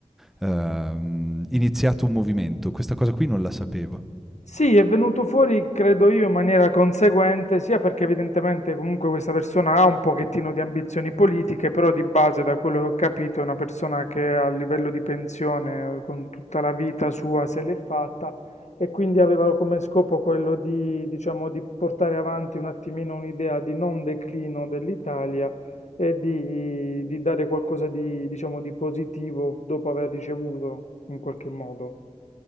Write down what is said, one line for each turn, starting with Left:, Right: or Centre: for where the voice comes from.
Centre: ehm, iniziato un movimento. Questa cosa qui non la sapevo.
Left: Sì, è venuto fuori, credo io, in maniera conseguente, sia perché evidentemente comunque questa persona ha un pochettino di ambizioni politiche, però di base, da quello che ho capito, è una persona che a livello di pensione, eh, con tutta la vita sua, se l'è fatta e quindi aveva come scopo quello di, diciamo, di portare avanti un attimino un'idea di non declino dell'Italia e di, di dare qualcosa di, diciamo, di positivo dopo aver ricevuto, in qualche modo.